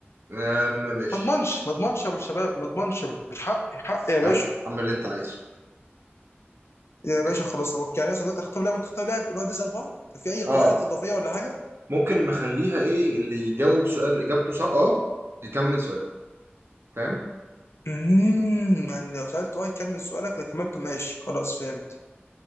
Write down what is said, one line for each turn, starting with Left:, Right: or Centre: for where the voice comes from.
Right: آه، ماشي
Left: ما اضمنش ما اضمنش يا ابو الشباب ما اضمنش مش حقي حقي يا باشا
Right: يا عم اعمل اللي أنت عايزه
Left: يا
Right: ماشي
Left: باشا خلاص طب يعني مثلا دلوقتي اختار لاعب وانت تختار لاعب ونقعد نسال بعض في اي
Right: اه
Left: قواعد اضافيه ولا حاجه
Right: ممكن نخليها ايه اللي يجاوب سؤال اجابته صح اه يكمل سؤال فاهم
Left: امم يعني لو سالت اه يكمل سؤالك لو كملته ماشي خلاص فهمت